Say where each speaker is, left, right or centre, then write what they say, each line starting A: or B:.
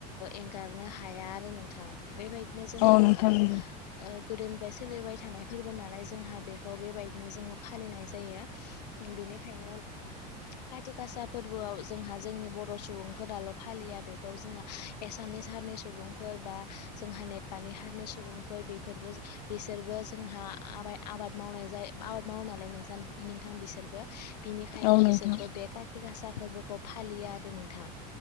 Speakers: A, on the left (about 80°); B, on the left (about 70°).
A: एंगारनो हाया आरो नोंथां बेबायदि बिदिनो जोंहा
B: औ नोंथां
A: ओ
B: नंगौ
A: ओ गोदोनिफ्राय सोलिबाय थानाय फोरबो नालाय जोंहा बेखौ बेबायदिनो जोङो फालिनाय जायो बिनिखायनो खाथि गासा फोरबोआव जोंहा जोंनि बर' सुबुंफोराल' फालिया बेखौ जोंना एसा मिस हारनि सुबुंफोर बा जोंहा नेपालि हारनि सुबुंफोर बेफोरबो बिसोरबो जों जोंहा आबाय आबाद मावनाय जायो आबाद मावो नालाय नोंसा नोंथां बिसोरबो बिनिखायनो
B: औ नोंथां
A: बिसोरबो बे काति गासा फोरबोखौ फालियो आरो नोंथां